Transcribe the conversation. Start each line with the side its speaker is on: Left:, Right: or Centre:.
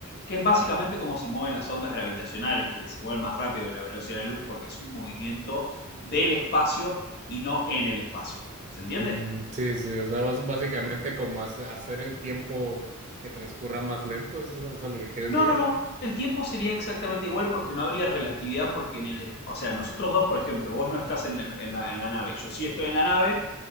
Left: que es básicamente como se mueven las ondas gravitacionales, que se mueven más rápido que la velocidad de la luz, porque es un movimiento del espacio y no en el espacio. ¿Se entiende?
Right: mm, sí, sí, o sea, bas- básicamente como hace- hacer el tiempo que transcurra más lento, eso, eso es a lo que quieres
Left: No,
Right: llegar.
Left: no, no. El tiempo sería exactamente igual porque no habría relatividad porque en el... O sea, nosotros dos, por ejemplo, vos no estás en, el- en la, en la nave y yo sí estoy en la nave,